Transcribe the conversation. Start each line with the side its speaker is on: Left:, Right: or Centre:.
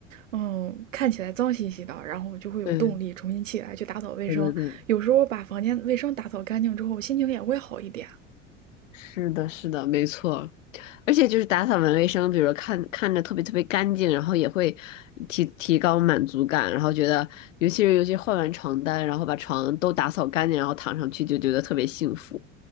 Right: 嗯，看起来脏兮兮的，然后我就会有动力重新起来去打扫卫生。
Left: 对对对对。
Right: 有时候把房间卫生打扫干净之后，心情也会好一点。
Left: 是的，是的，没错。而且就是打扫完卫生，比如说看看着特别特别干净，然后也会提提高满足感，然后觉得，尤其是尤其换完床单，然后把床都打扫干净，然后躺上去就觉得特别幸福，